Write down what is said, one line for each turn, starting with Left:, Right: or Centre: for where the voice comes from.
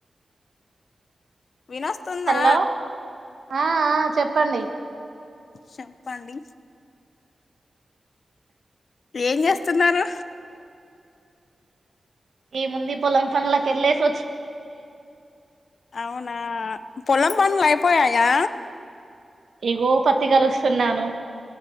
Left: వినస్తుందా
Right: hello ఆ ఆ చెప్పండి
Left: చెప్పండి ఏం చేస్తున్నారు
Right: ఈ ముందుీ పోల్ం పంగ్లక ఎల్ స
Left: అవునా పొలం పనులు అయిపోయాయా
Right: ఎగో పత్తి కలుస్తున్నాను